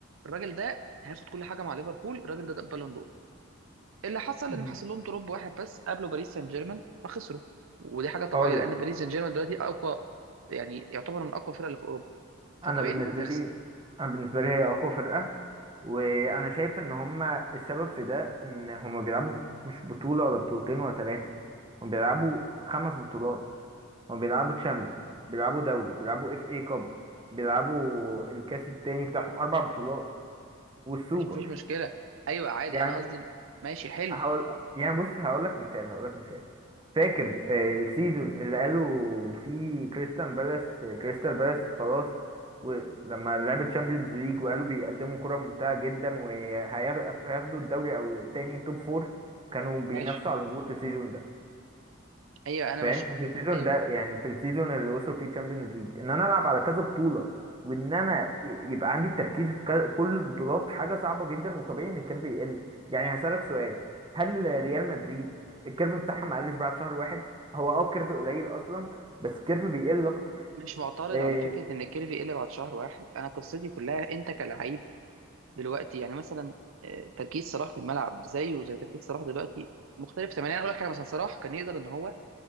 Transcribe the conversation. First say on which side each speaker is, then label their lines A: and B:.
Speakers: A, on the right; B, on the right.
A: الراجل ده هياخد كل حاجه مع ليفربول الراجل ده, ده بالون دور اللي حصل
B: مم.
A: ان حصل لهم دروب واحد بس قابله باريس سان جيرمان فخسروا ودي حاجه طبيعيه
B: اقول
A: لان
B: لك
A: باريس سان جيرمان دلوقتي اقوى يعني يعتبر من اقوى الفرق اللي في اوروبا فطبيعي
B: انا بالنسبة
A: ان انت تخسر
B: لي انا بالنسبة لي هي اقوى فرقة وانا شايف ان هما السبب في ده ان هما بيلعبوا مش بطولة ولا بطولتين ولا ثلاثة هما بيلعبوا خمس بطولات هما بيلعبوا تشامبيون بيلعبوا دوري بيلعبوا اف اي كاب بيلعبوا الكاس التاني بتاعهم اربع بطولات والسوبر
A: ماشي مفيش مشكله ايوه عادي
B: يعني
A: انا قصدي ماشي حلو
B: هقول يعني بص هقول لك مثال هقول لك مثال فاكر آه، السيزون اللي قالوا فيه كريستال بالاس كريستال بالاس خلاص ولما لعبت تشامبيونز ليج وقالوا بيقدموا كرة ممتعة جدا وهياخدوا الدوري او التاني توب فور كانوا بينافسوا
A: ماشي
B: على الهبوط السيزون ده
A: ايوه انا
B: فاهم
A: مش
B: مش السيزون
A: ايوه
B: ده يعني في السيزون اللي وصلوا فيه تشامبيونز ليج ان انا العب على كذا بطوله وان انا ي- يبقى عندي التركيز في كذا- كل البطولات حاجه صعبه جدا وطبيعي ان الكيرف يقل يعني هسالك سؤال هل ريال مدريد الكيرف بتاعها ما قلش بعد شهر واحد هو اه الكيرف قليل اصلا بس الكيرف بيقل اكتر
A: مش معترض
B: إيه
A: على فكره ان الكيرفي يقلب بعد شهر واحد انا قصتي كلها انت كلاعب دلوقتي يعني مثلا آه، تركيز صلاح في الملعب زيه زي تركيز صلاح دلوقتي مختلف تماما يعني اقول لك حاجه مثلا صلاح كان يقدر ان هو